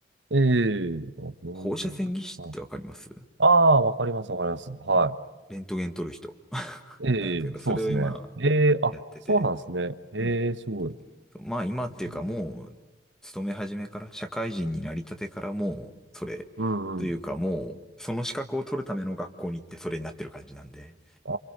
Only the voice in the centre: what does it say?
放射線技師ってわかります
うんレントゲン撮る人。<laughs>
なんですけど、それを今
やってて、
うん。そうまあ今っていうかもう、
勤め始めから、社会人になりたてからもう、それ、
というかもう、その資格を取るための学校に行ってそれになってる感じなんで、